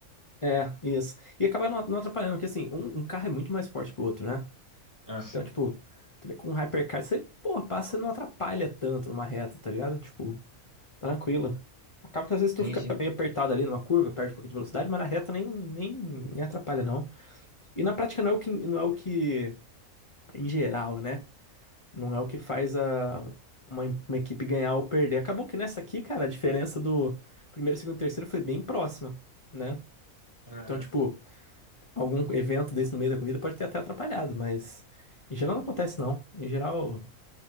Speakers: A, on the left (about 40°); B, on the right (about 15°).
A: É, isso. E acaba não, não atrapalhando, porque assim, um, um carro é muito mais forte que o outro, né?
B: Ah,
A: Então, tipo, tu vê com um hypercar, você, pô, passa e não atrapalha tanto numa reta, tá ligado? Tipo, tranquila. Acaba que às vezes tu
B: Sim,
A: fica
B: sim.
A: meio apertado ali numa curva, perde um pouquinho de velocidade, mas na reta nem, nem, nem atrapalha, não. E na prática não é o que, não é o que, em geral, né? Não é o que faz a, uma, uma equipe ganhar ou perder. Acabou que nessa aqui, cara, a diferença do primeiro, segundo e terceiro foi bem próxima, né?
B: aham,
A: Então, tipo, algum evento desse no meio da corrida pode ter até atrapalhado, mas em geral não acontece, não. Em geral.